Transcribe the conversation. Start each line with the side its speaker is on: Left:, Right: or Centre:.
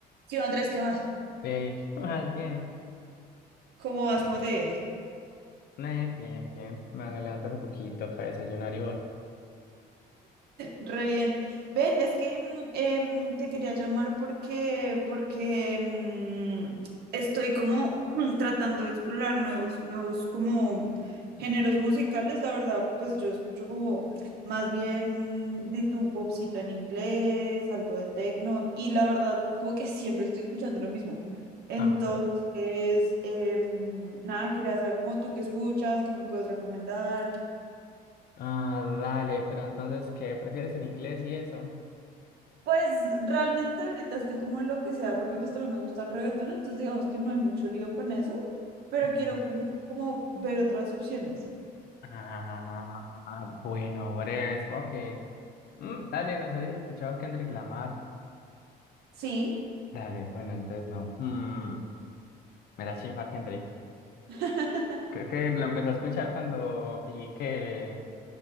Right: Sí, Andrés, ¿qué más?
Left: Hey, ¿qué <laughs> más? Bien,
Right: ¿Cómo vas? ¿Cómo te ha ido?
Left: bien, bien, bien. Me levanté hace poquito, acá de desayunar y vos.
Right: Re bien. Ven, es que mm, em, te quería llamar porque, porque mm, estoy como <clears throat> mm, tratando de explorar nuevos, nuevos como géneros musicales. La verdad, pues yo escucho como más bien de tu popcito en inglés, algo de techno, y la verdad, como que siempre estoy escuchando lo mismo. Entonces,
Left: Ah, ok.
Right: em, nada, quería saber cómo tú qué escuchas, qué me puedes recomendar.
Left: Ah, dale, pero entonces, ¿qué prefieres en inglés y eso?
Right: Pues realmente ahorita estoy como lo que sea, porque pues también me gusta el reggaetón, entonces digamos que no hay mucho lío con eso, pero
Left: Ok.
Right: quiero como, como ver otras opciones.
Left: Ah, bueno, breves, ok. Mm, dale, no sé si has escuchado a Kendrick Lamar.
Right: Sí.
Left: Dale, bueno, entonces no. Hmm, me la chimba Kendrick.
Right: <laughs>
Left: Creo que lo empecé a escuchar cuando vi que...